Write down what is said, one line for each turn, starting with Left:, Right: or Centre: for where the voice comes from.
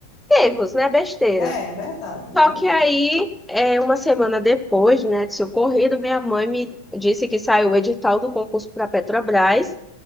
Centre: erros, né, besteiras.
Left: É, é verdade,
Centre: Só
Left: é verdade.
Centre: que aí, é, uma semana depois, né, de ser ocorrido, minha mãe me disse que saiu o edital do concurso para a Petrobras